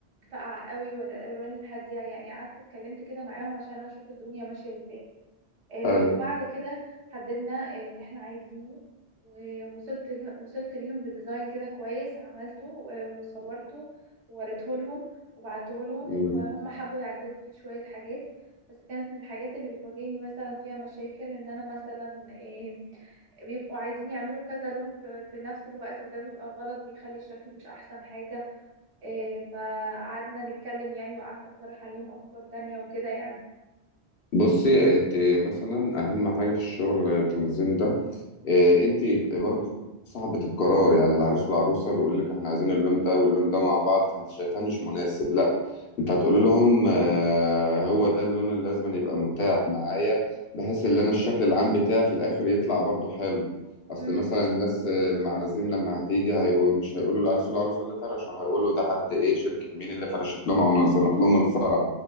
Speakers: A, on the right (about 80°); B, on the left (about 60°).
A: فقع قوي ولا الالوان الهاديه يعني قعدت اتكلمت كده معاهم عشان اشوف الدنيا ماشيه ازاي آه،
B: حلو
A: وبعد كده حددنا اللي احنا عايزينه ووصلت ل- وصلت ليهم بديزاين كده كويس عملته آه، وصورته ووريته لهم وبعته لهم
B: مم.
A: وهم حبوا يعدلوا فيه شويه حاجات بس كانت من الحاجات اللي بتواجهني مثلا فيها مشاكل ان انا مثلا آه، بيبقوا عايزين يعملوا كذا لون في في نفس الوقت وده بيبقى غلط بيخلي الشكل مش احسن حاجه إيه، فقعدنا نتكلم يعني وقعدت اقترح عليهم افكار تانية وكده يعني
B: بصي انت مثلا اهم حاجة في الشغل التنظيم ده آه، انت برضو صاحبة القرار يعني العريس والعروسة بيقول لك احنا عايزين اللون ده واللون ده مع بعض فانت شايفاه مش مناسب لا انت هتقول لهم آه، هو ده اللون اللي لازم أن يبقى متاح معايا بحيث ان انا الشكل العام بتاعي في الاخر يطلع برضو حلو اصل
A: امم
B: مثلا الناس آه، المعازيم لما هتيجي هيقول مش هيقولوا العريس والعروسة اللي فرشوا هيقولوا ده حد ايه شركة مين اللي فرشت لهم او نظمت لهم الفرح